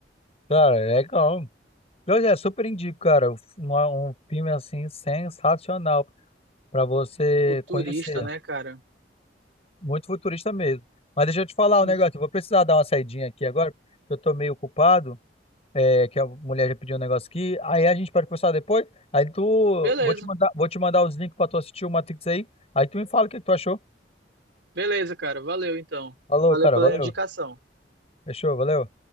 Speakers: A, on the left (about 35°); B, on the right (about 75°).
A: Cara, é legal. Eu já super indico, cara, um, um filme assim sensacional. para você
B: O Turista,
A: conhecer.
B: né, cara?
A: Muito futurista mesmo. Mas deixa eu te falar
B: Hum,
A: um negócio. Eu vou precisar dar uma saidinha aqui agora, porque eu tô meio ocupado. É, que a mulher já pediu um negócio aqui. Aí a gente pode conversar depois. Aí tu,
B: Beleza,
A: vou te mandar, vou te mandar os links para tu assistir o Matrix aí. Aí tu me fala o que que tu achou.
B: beleza, cara. Valeu, então.
A: Falou,
B: Valeu
A: cara,
B: pela
A: valeu.
B: indicação.
A: Fechou, valeu.